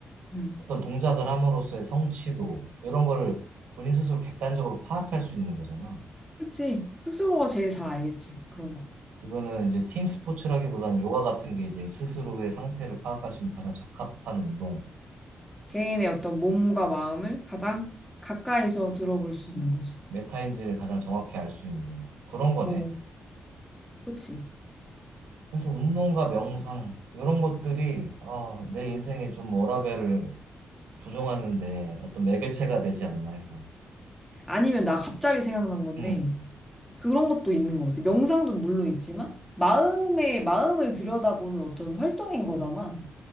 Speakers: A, in the centre; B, on the right.
A: 응.
B: 어떤 동작을 함으로써의 성취도, 이런 거를 본인 스스로 객관적으로 파악할 수 있는 거잖아.
A: 그치. 스스로가 제일 잘 알겠지. 그런 거.
B: 그거는 이제 팀 스포츠라기보다는 요가 같은 게 이제 스스로의 상태를 파악할 수 있는 가장 적합한 운동,
A: 개인의 어떤 몸과 마음을 가장 가까이서 들어볼 수 있는 거지.
B: 메타인지를 가장 정확히 알 수 있는 그런 거네.
A: 어, 그치.
B: 그래서 운동과 명상 이런 것들이 아, 내 인생에 좀 워라밸을 조정하는데 어떤 매개체가 되지 않나 해서.
A: 아니면 나 갑자기 생각난 건데,
B: 음,
A: 그런 것도 있는 것 같아. 명상도 물론 있지만, 마음의, 마음을 들여다보는 어떤 활동인 거잖아.